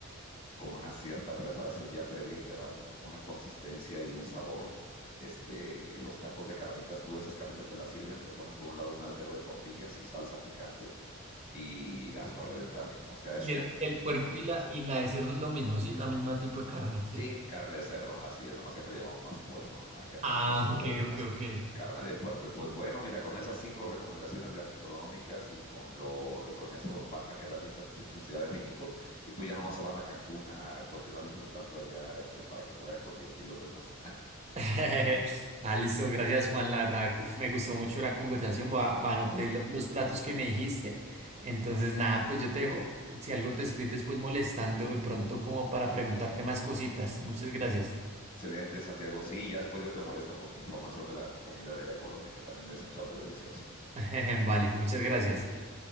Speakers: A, on the left; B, on the right.
A: con una cierta preparación ya previa y te da un- una consistencia y un sabor, este, que los tacos de carnitas, tú esas carnitas te las sirven, te ponen por un lado un altero de tortillas y salsa picante y hasta reventar. O sea,
B: Y
A: es,
B: el, el puerco y la, y la de cerdo es lo mismo, ¿sí? La misma tipo de carne, ¿sí?
A: Sí, carne de cerdo, así es, nomás que acá le llamamos más puerco, acá en
B: Ah,
A: México se le
B: <laughs> ok,
A: llama más
B: ok, ok.
A: carne de puerco. Y pues bueno, mira, con esas cinco recomendaciones gastronómicas y con lo, y con eso van a quedar bien satisfechos en Ciudad de México, y pues ya nomás se van a Cancún a continuar disfrutando allá, este, para que se vayan con 10 kilos de más.
B: <laughs> Ah, listo, gracias Juan, la verdad uf, me
A: <laughs>
B: gustó mucho la conversación, voy a, voy a anotar lo- los platos que me dijiste, entonces nada, pues yo te dejo, si algo te estoy después molestando de pronto como para preguntarte más cositas, muchas gracias,
A: Excelente, Santiago. Sí, ya después yo te molesto con información de la comida de allá de Colombia, que también he escuchado que es deliciosa.
B: <laughs> vale, muchas gracias.